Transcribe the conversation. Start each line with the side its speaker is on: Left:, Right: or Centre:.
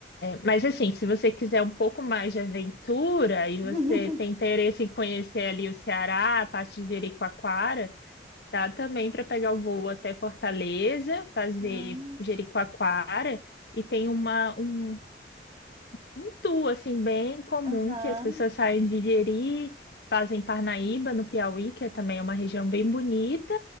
Left: Mas assim, se você quiser um pouco mais de aventura e
Right: <laughs>
Left: você tem interesse em conhecer ali o Ceará, a parte de Jericoacoara, dá também para pegar o voo até Fortaleza, fazer
Right: Ah,
Left: Jericoacoara e tem uma um, um tour assim bem comum
Right: Aham.
Left: que as pessoas saem de Jeri, fazem Parnaíba no Piauí, que é também uma região bem bonita.